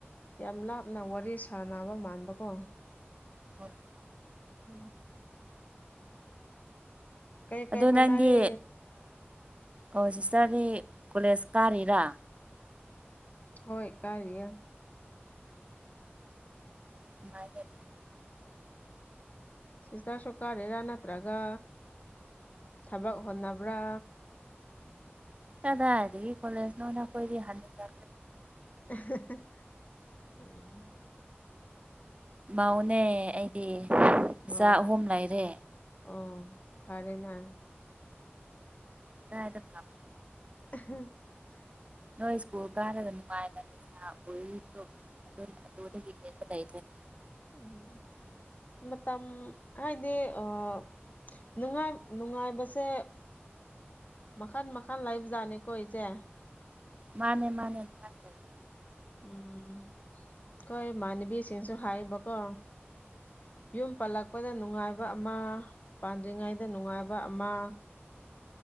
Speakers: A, on the left; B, on the right.
A: ꯌꯥꯝ ꯂꯥꯞꯅ ꯋꯥꯔꯤ ꯁꯥꯥꯟꯅꯕ ꯃꯥꯟꯕꯀꯣ
B: ꯍꯣꯏ
A: ꯎꯝ ꯀꯩ ꯀꯩ
B: ꯑꯗꯣ
A: ꯍꯣꯠꯅꯔꯤ
B: ꯅꯪꯗꯤ ꯑꯥ ꯁꯤꯁꯇꯔꯗꯤ ꯀꯣꯂꯦꯖ ꯀꯥꯔꯤꯔꯥ
A: ꯍꯣꯏ ꯀꯔꯤꯌꯦ
B: <unintelligible>
A: ꯁꯤꯁꯇꯔꯁꯨ ꯀꯔꯤꯔꯥ ꯅꯠꯇ꯭ꯔꯒ ꯊꯕꯛ ꯍꯣꯠꯅꯕ꯭ꯔꯥ
B: ꯀꯗꯥꯏꯗꯒꯤ ꯀꯣꯂꯦꯖꯅꯣꯗ ꯈꯣꯏꯗꯤ ꯍꯥꯅꯨꯔꯦ
A: <unintelligible>
B: ꯃꯧꯅꯦ ꯑꯩꯗꯤ ꯏꯆꯥ
A: ꯑꯣ
B: ꯑꯍꯨꯝ ꯂꯩꯔꯦ
A: ꯑꯣ ꯐꯔꯦꯅꯥ
B: <unintelligible>
A: <unintelligible>
B: ꯅꯣꯏ ꯁ꯭ꯀꯨꯜ ꯀꯥꯔꯒ ꯅꯨꯡꯉꯥꯏꯅ ꯅꯤꯁꯥ <unintelligible> ꯑꯣꯏꯗꯣ ꯑꯗꯨꯗꯒꯤ ꯌꯦꯟꯕ ꯂꯩꯗꯅ
A: ꯎꯝ ꯃꯇꯥꯝ ꯍꯥꯏꯗꯤ ꯑꯥ ꯅꯨꯡꯉꯥꯏ ꯅꯨꯡꯉꯥꯏꯕꯁꯦ ꯃꯈꯜ ꯃꯈꯜ ꯂꯩꯕ ꯖꯥꯠꯅꯤꯀꯣ ꯏꯆꯦ
B: ꯃꯥꯅꯦ ꯃꯥꯅꯦ ꯇꯧꯋꯤ
A: ꯎꯝ ꯑꯩꯈꯣ ꯏꯃꯥꯅꯕꯤꯁꯤꯡꯁꯨ ꯍꯥꯏꯑꯦꯕꯀꯣ ꯌꯨꯝ ꯄꯜꯂꯛꯄꯗ ꯅꯨꯡꯉꯥꯏꯕ ꯑꯃ ꯄꯥꯟꯗ꯭ꯔꯤꯉꯩꯗ ꯅꯨꯡꯉꯥꯏꯕ ꯑꯃ